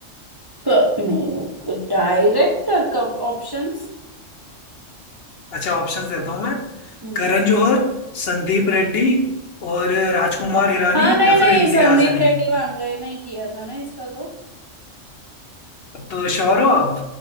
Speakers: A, on the right (about 30°); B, on the left (about 60°).
A: क- नहीं डायरेक्टर कब ऑप्शंस
B: अच्छा ऑप्शंस देता हूँ मैं
A: हम्म
B: करण जौहर संदीप रेड्डी और राजकुमार हिरानी
A: हाँ नहीं
B: या
A: नहीं
B: फिर इम्तियाज
A: संदीप
B: अली
A: रेड्डी वांगए नहीं किया था ना इसका तो
B: तो श्योर हो आप